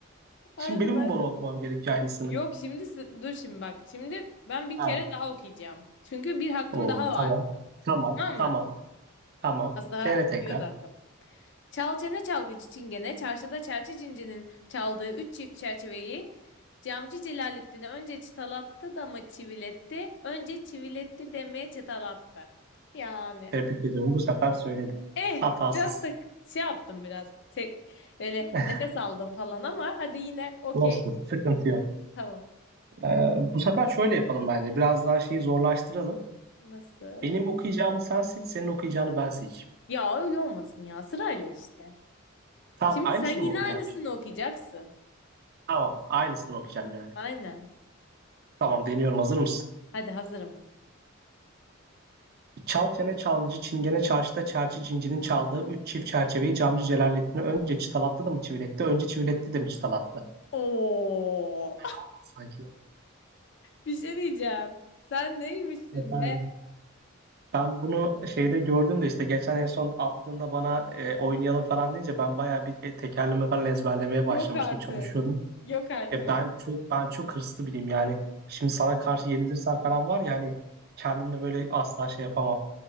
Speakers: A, on the left; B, on the right.
A: Aynen
B: Şimdi benim
A: aynen.
B: mi bunu okumam gerekiyor aynısını?
A: Yok şimdi sı- dur şimdi bak. Şimdi ben bir
B: Ha.
A: kere daha okuyacağım. Çünkü bir hakkım
B: Oo,
A: daha var.
B: tamam. Tamam,
A: Tamam
B: tamam,
A: mı?
B: tamam.
A: Az daha
B: Dene
A: gidiyordu
B: tekrar.
A: hakkım. Çal çene çalgıcı çingene, çarşıda çerçi cincinin çaldığı üç çift çerçeveyi camcı Celalettin'e önce çıtalattı da mı çiviletti, önce çiviletti demeye çıtalattı. Yani.
B: Tebrik ediyorum. Bu sefer söyledim.
A: Eh,
B: Hatasız.
A: biraz da şey yaptım biraz. Te- böyle
B: <laughs>
A: nefes aldım falan ama hadi yine okey.
B: Olsun, sıkıntı yok.
A: Tamam.
B: Ee, bu sefer şöyle yapalım bence. Biraz daha şeyi zorlaştıralım.
A: Nasıl?
B: Benim okuyacağımı sen seç, senin okuyacağını ben seçeyim.
A: Ya öyle olmasın ya sırayla işte.
B: Tamam,
A: Şimdi
B: aynısını
A: sen
B: mı
A: yine
B: okuyacağım
A: aynısını
B: şimdi?
A: okuyacaksın.
B: Tamam, aynısını okuyacağım yani.
A: Aynen.
B: Tamam, deniyorum. Hazır mısın?
A: Hadi hazırım.
B: Çal çene çalgıcı çingene çarşıda çerçi cincinin çaldığı üç çift çerçeveyi camcı Celalettin'e önce çıtalattı da mı çiviletti? Önce çiviletti de mi çıtalattı?
A: Oo.
B: Fena olmadı sanki.
A: Bir şey diyeceğim. Sen neymişsin
B: Evet abi.
A: be?
B: Ben bunu şeyde gördüm de işte geçen en son attığında bana e, oynayalım falan deyince ben bayağı bir e, tekerleme falan ezberlemeye başlamıştım,
A: Yok artık.
B: çalışıyordum.
A: Yok artık.
B: E, ben çok ben çok hırslı biriyim yani. Şimdi sana karşı yenilirsem falan var ya hani kendimle böyle asla şey yapamam.